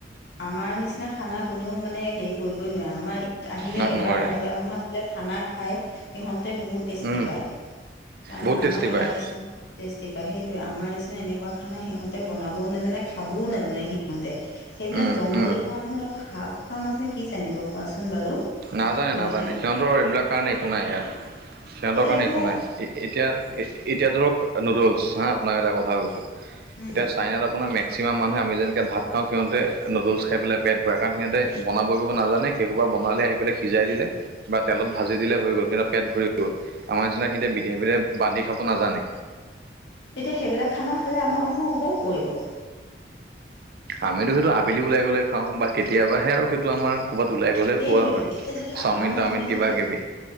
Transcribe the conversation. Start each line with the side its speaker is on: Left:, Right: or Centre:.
Left: আমাৰ নিচিনা খানা কোনেও মানে হেৰি কৰিবই নোৱাৰে আমাৰ আহিলে
Right: ন
Left: এবাৰ
Right: নোৱাৰে
Left: বাহিৰা মানুহ আহিলে খানা খাই সিহঁতে বহুত টেষ্টি
Right: উম
Left: পায় কাৰণ
Right: বহুত টেষ্টি
Left: আমাৰ ইয়াৰ
Right: পায়
Left: নিচিনা। টেষ্টি পায় সেইটোৱে আমাৰ নিচিনা এনেকুৱা খানা সিহঁতে বনাবও নাজানে খাবও নাজানে সিহঁতে, সেইবিলাক
Right: উম
Left: জংঘলী
Right: উম
Left: খোৱা মানুহে আৰু সাপ খোৱা মানুহে কি জানিব কোৱাচোন বাৰু
Right: নাজানে
Left: সেইবিলাক
Right: নাজানে সিহঁতৰ এইবিলাক কাৰণে একো নাই সেয়া সিহঁতৰ
Left: এতিয়াতো
Right: কাৰণে একো নাই। এতিয়া এতিয়া ধৰক নুডলছ হা আপোনাক এটা কথা কৈছোঁ
Left: উম।
Right: এতিয়া চাইনাত আপোনাৰ মে মেক্সিমাম মানুহে আমি যেনেকে ভাত খাওঁ সিহঁতে নুডেলছ খাই পেট ভৰাই কাৰণ সিহঁতে বনাব কৰিব নাজানে। সেইসোপা বনালে পাই সিজাই দিলে বা তেলত ভাজি দিলে হৈ গ'ল, কিন্তু পেট ভৰি গ'ল আমাৰ নিচিনা সিহতে বিধে বিধে বান্ধি খাব নাজানে
Left: এতিয়া সেইবিলাক খানা খালে আমাৰ মানুহ অসুখ কৰিব
Right: আমিতো সেইটো আবেলি ওলাই গ'লে খাওঁ বা কেতিয়াবাহে আৰু সেইটো আমাৰ ক'ৰবাত ওলাই গ'লে
Left: সেইটোৱেতো
Right: খোৱা হয়
Left: এতিয়া যদি
Right: চাওমিন
Left: আমাৰ
Right: তাওমিন
Left: মানুহে
Right: কিবা
Left: যদি
Right: কিবি